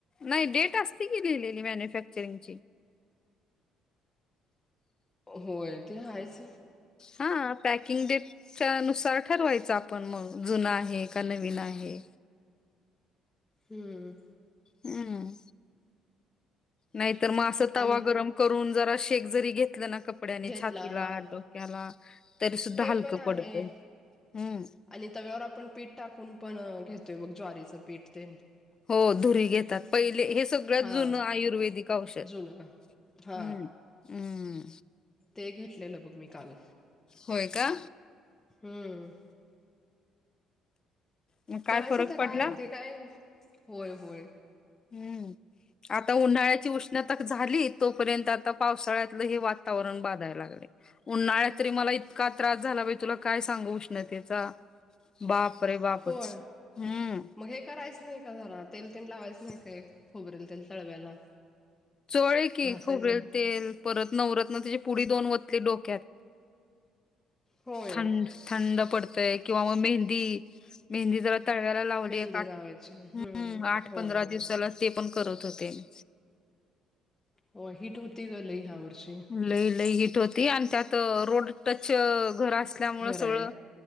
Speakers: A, on the left; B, on the left.
A: नाही डेट असती की लिहिलेली मॅन्युफॅक्चरिंग ची
B: होय ते आहेच
A: हा पॅकिंग डेट च्या नुसार ठरवायचं आपण मग जुन आहे का नवीन आहे.
B: हम्म.
A: हम्म नाहीतर मग असं
B: आणि
A: तवा गरम करून जरा शेक जरी घेतलं ना कप कपड्याने
B: घेतला
A: छातीला
B: हा
A: डोक्याला तरी सुुद्धा
B: ते
A: हलकं
B: पण आहे
A: पडतं हम्म
B: आणि तव्यावर आपण पीठ टाकून पण घेतोय बघ ज्वारीचं पीठ तेन
A: हो धुरी घेतात पहिले हे सगळ्यात
B: हा
A: जुनं आयुर्वेदिक औषध
B: जुनं हा
A: हम्म्
B: ते घेतलेलं बघ मी काल.
A: होय का?
B: हम्म.
A: मग काय
B: करायचं
A: फरक
B: तर
A: पडला
B: काय ते काय? होय होय.
A: हम्म. आता उन्हाळ्याची उष्णता झाली. तोपर्यंत आता पावसाळ्यातलं हे वातावरण बाधायला लागलय. उन्हाळ्यात तरी मला इतका त्रास झाला बाई. तुला काय सांगू उष्णतेचा. बापरे बापच
B: होय.
A: बाप! हम्म
B: मग हे करायचं नाही का घरात? तेल तेन लावायच नाही काय? खोबरेल तेल तळव्याला.
A: चोळलंय की
B: घासायचं
A: खोबरेल तेल. परत नवरत्न त्याची पुडी दोन ओतली डोक्यात.
B: होय
A: थंड, थंड पडतय किंवा मग मेहंदी. मेहंदी जरा- तळव्याला लावली.
B: मेहंदी
A: एक आठ,
B: लावायची
A: हम्म. आठ
B: होय
A: पंधरा
B: होय
A: दिवसाला ते पण करत होते मी.
B: हो. हीट होती ग लई ह्या वर्षी.
A: लई लई हिट होती. आणि त्यात रोड टच घर असल्यामुंळ
B: घर आहे
A: सगळं -